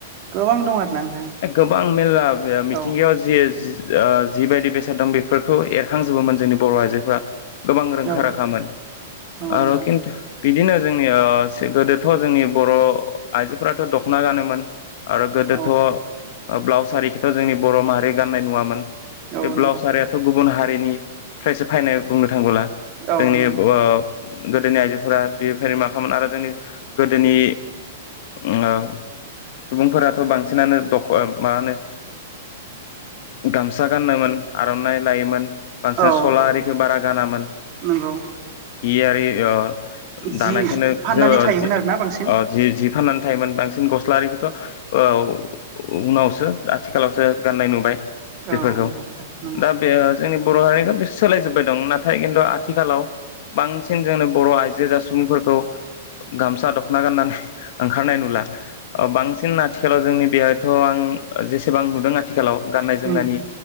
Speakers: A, on the right; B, on the left.
A: गोबां दं आरोना नोंथां
B: ए गोबां मेरला मिथिंगायाव
A: औ
B: जि ओ जिबायदि बेसाद दं बेफोरखौ एरखांजोबोमोन जोंनि बर' आइजोफोरा। गोबां रोंखा
A: औ
B: राखामोन
A: नंगौ नंगौ
B: आरो किन्तु बिदिनो जोंनि ओ गोदोथ' जोंनि बर' आइजोफोराथ' दख्ना गानोमोन। आरो गोदोथ'
A: औ
B: ब्लाउस आरिखोथ' जोंनि बर' माहारि गान्नाय नुवामोन
A: औ
B: बे ब्लाउस
A: नंगौ
B: आरियाथ' गुबुन हारि निफ्रायसो फैनाय बुंनो थांबोला
A: औ
B: जोंनि
A: नंगौ
B: ब आ गोदोनि आइजोफोरा बेफोर मा खालामामोन आरो जोंनि गोदोनि ओ सुबुंफोराथ' बांसिनानो द ब मा होनो गामसा गाननोमोन आर'नाइ लायोमोन बांसिन
A: औ
B: स'ला आरिखो बारा गानामोन।
A: नंगौ
B: हि आरि अ
A: जि
B: दानायखो नो
A: फाननानै
B: जोङो
A: थायोमोन आरोना बांसिन
B: ओ जि जि फाननानै थायोमोन बांसिन गस्लाारिखोथ' औ। उ-उनावसो आथिखालावसो गाननाय नुबाय।
A: औ
B: बेफोरखौ
A: नंगौ नंगौ नंगौ
B: दा बे जोंनि बर' हारिनिखो सोलायजोबबाय दं नाथाय किन्तु आथिखालाव बांसिन जोंनो बर' आइजो जा सुबुंफोरखौ गामसा दख्ना गाननानै ओंखारनाय नुला ओ बां सिन आथिखालाव जोंनि थ' आं ओ जेसेबां नुदों आथिखालाव गाननाय
A: उम
B: जोमनायनि